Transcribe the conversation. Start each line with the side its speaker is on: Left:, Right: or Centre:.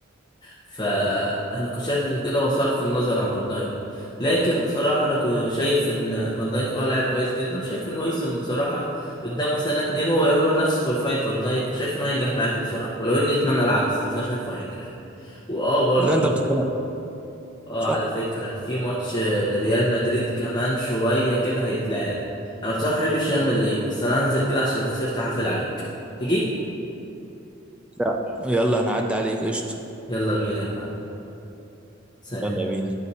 Left: فانا كنت شايف عشان كده هو صرف النظر عن فان دايك لكن بصراحه انا كنت شايف ان فان دايك اه لاعب كويس جدا وشايف ان هويسن بصراحه قدامه سنه اتنين هو يعتبر نفس بروفايل فان دايك وشايف انه هينجح معاكم بصراحه ولو اني اتمنى العكس بس انا شايفه هينجح يعني. واه برضو
Centre: لا انت بتتكلم
Left: اه
Centre: صح
Left: على فكرة في ماتش آه، لريال مدريد كمان شوية كده هيتلعب انا بصراحة مبحبش ريال مدريد بس انا هنزل كده عشان لو خسرت هعفل عليك تيجي
Centre: لا يلا انا عدى عليك قشطه
Left: يلا بينا يا معلم سلام
Centre: يلا بينا